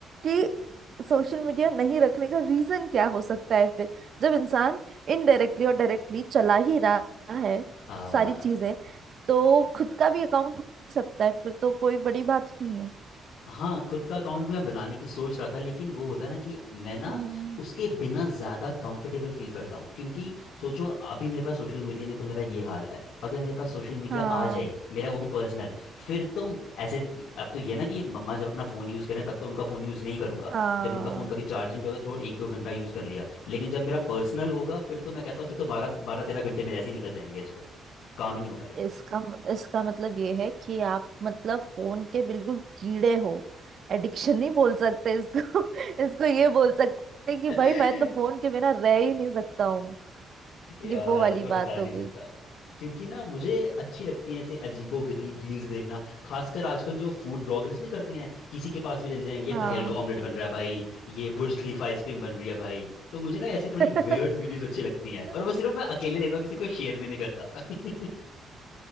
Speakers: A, on the right (about 55°); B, on the left (about 80°).
A: कि सोशल मीडिया नहीं रखने का रीजन क्या हो सकता है फिर जब इंसान इनडायरेक्टली और डायरेक्टली चला ही रहा है
B: हाँ
A: सारी चीजें तो खुद का भी अकाउंट हो सकता है फिर तो कोई बड़ी बात नहीं है
B: हाँ खुद का अकाउंट मैं बनाने की सोच रहा था लेकिन वो होता है ना कि मैं ना
A: हम्म
B: उसके बिना ज़्यादा कंफर्टेबल फील करता हूँ क्योंकि सोचो अभी मेरे पास सोशल मीडिया नहीं तो मेरा ये हाल है अगर मेरे पास सोशल मीडिया
A: हाँ
B: आ जाए मेरा वो भी पर्सनल फिर तो ऐसे अब तो ये ना कि मम्मा जब अपना फ़ोन यूज़ करें तब तो उनका फ़ोन यूज़ नहीं करूँगा
A: हाँ
B: जब उनका फ़ोन कभी चार्जिंग पे होगा तो थोड़ा एक दो घंटा यूज़ कर लिया लेकिन जब मेरा पर्सनल होगा फिर तो मैं कहता हूँ फिर तो बारह बारह तेरह घंटे मेरे ऐसे ही निकल जाएंगे इस पर काम ही नहीं हो पाएगा
A: इसका इसका मतलब ये है कि आप मतलब फोन के बिल्कुल कीड़े हो एडिक्शन नहीं बोल सकते इसको <laughs> इसको ये बोल सकते हैं कि
B: <laughs>
A: भाई मैं तो फोन के बिना रह ही नहीं सकता हूँ
B: यार
A: ये वो वाली
B: मैं बता
A: बात
B: नहीं
A: हो गई
B: सकता क्योंकि ना मुझे अच्छी लगती हैं ऐसे अजीबो गरीब रील्स देखना खासकर आजकल जो फूड व्लॉगर्स नहीं करते हैं किसी के पास भी चले जाएंगे ये
A: हाँ
B: तहल का ऑमलेट बन रहा है भाई ये बुर्ज खलीफा आइसक्रीम बन रही है भाई तो मुझे ना ऐसी थोड़ी
A: <laughs>
B: वेयर्ड वीडियोस अच्छी लगती हैं और वो सिर्फ मैं अकेले देखता हूँ किसी को शेयर भी नहीं करता <laughs>